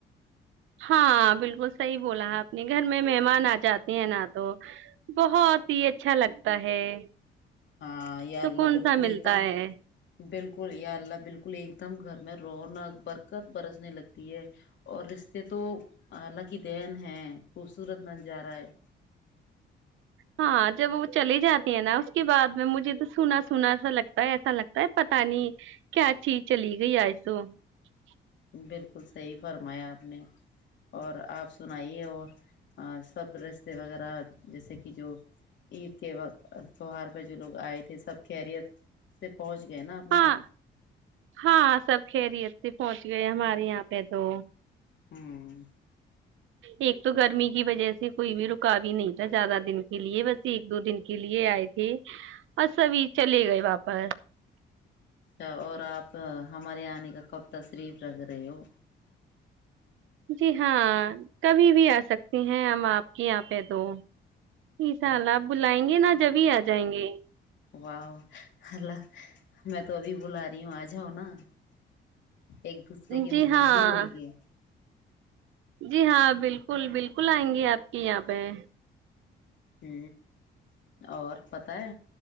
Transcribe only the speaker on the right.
ہاں بالکل صحیح بولا اپپ نے گھر میں مہمان آ جاتے ہیں نہ تو بہت ہی اچھا لگتا ہے <unintelligible>
سکون
سا ملتا
ہے
ہاں جب وہ چلی جاتی ہے نا اس کے بعد میں مجھے تو سنا سناسا لگتا ہے ایسا لگتا ہے پتا نہیں کیا چیز چلی گئی ہے ایسو <unintelligible>
ہاں
ہاں سب کھیریی ا تھی پہنچ <unintelligible> گئے ہمارے یہاں پہ تو
ایک تو گرمی کی وجہ سے کوئی بھی رکاوی نہیں تھا زیادہ دن کے لیے بس ایک دو دن کے لیے آئے تھے اورس ابھی چلے گئے واپس
جی ہاں کبھی بھی آ سکتی ہیں ہم آپ کے یہاں پہ دو
شاء اللہ آپ بلائیں گے نا <unintelligible> جبھی آ جائیں گے <unintelligible>
جی
ہاں
جی ہاں بالکل بالکل آئیں گی آپ کی یہاں پہ <unintelligible>